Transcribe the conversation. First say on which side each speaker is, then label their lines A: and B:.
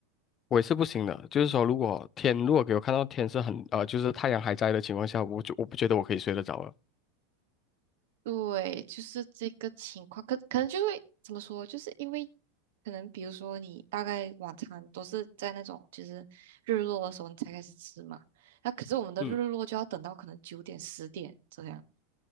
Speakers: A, on the left (about 30°); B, on the right (about 75°).
A: 我也是不行的，就是说，如果天如果给我看到天是很呃，就是太阳还在的情况下，我就我不觉得我可以睡得着了。
B: 对，就是这个情况，可可能就会怎么说，就是因为可能比如说你大概晚餐都是在那种就是日落的时候你才开始吃嘛，那可是我们的日落就要等到可能九点十点这样。
A: 嗯，